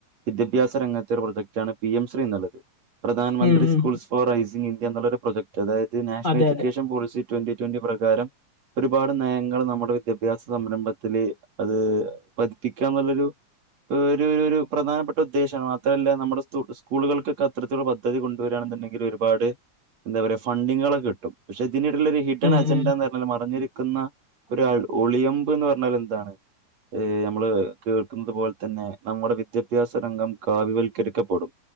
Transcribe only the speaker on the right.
വിദ്യാഭ്യാസ രംഗത്തെ ഒരു പ്രദഗ് റ്റാണ് പി എം ശ്രീ എന്നുള്ളത് പ്രധാനമന്ത്രി
സ്‌കൂൾസ്
ഫോർ ഐ സിംഗ് എന്നുള്ളൊരു പ്രൊജക് അതായത് നാഷണൽ
എജ്യുക്കേഷൻ
പോളിസി റ്റ്വൻ്റി റ്റ്വൻ്റി പ്രകാരം ഒരുപാട് നയങ്ങള് നമ്മുടെ വിദ്യാഭ്യാസ സംരംഭത്തില് അത് പതിപ്പിക്ക എന്നുള്ളൊരു ഒര് ഒര് ഒരു പ്രധാനപ്പെട്ട ഉദ്ദേശയാണ് മാത്രല്ല നമ്മുടെ സ്‌കൂളുകൾക്കൊക്കെ അത്തരത്തിലുള്ള പദ്ധതികൾ കൊണ്ടു വരുവാണുന്നുണ്ടെങ്കി ഒരുപാട്- എന്താ പറയ ഫണ്ടിങ്ങുകളൊക്കെ കിട്ടും ഇതിനിടെല് ഒരു ഹിഡൻ
അജെൻഡാന്ന്
പറഞ്ഞാല് മറഞ്ഞിരി ക്കുന്ന ഒരു ഒളിയമ്പ്ന്ന് പറഞ്ഞതെന്താണ് ഏ നമ്മള് കേൾക്കുന്നത് പോലെ തന്നെ നമ്മുടെ വിദ്യാഭ്യാസ രംഗം കാവിവൽക്കരിക്കപ്പെടും